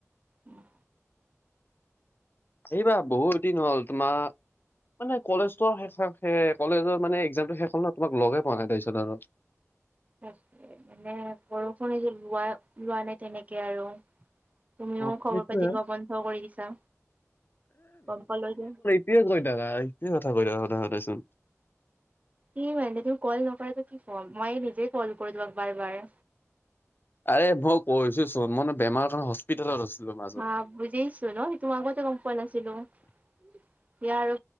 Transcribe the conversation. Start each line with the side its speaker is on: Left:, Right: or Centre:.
Right: উম।
Left: আহিবা বহুত দিন হ'ল তোমাক। মানে কলেজটোৰ শেষ কলেজৰ মানে একজামটো শেষ হল ন তোমাক লগে পোৱা নাই তাৰপিছত আৰু।
Right: তাকে মানে বৰষুণ এই লোৱা লোৱা নাই তেনেকে আৰু। তুমিও
Left: অ
Right: খবৰ
Left: সেইটোৱে।
Right: পাতি লোৱা বন্ধ কৰি দিছা গম পালোঁ যে,
Left: কি কৈ থাকা কি কথা কৈ থাকা সদায় সদায় চোন।
Right: কি মানে তুমি কল নকৰা যে কি কম মই নিজে কল কৰো তোমাক বাৰ বাৰ।
Left: আৰে মই কছো এই চোন, মানে বেমাৰৰ কাৰণে হস্পিটেল হস্পিটেলত আছিলো মাত।
Right: হা বুজিছো ন' মই আগতে গম পোৱা নাছিলো ইয়াৰ আৰু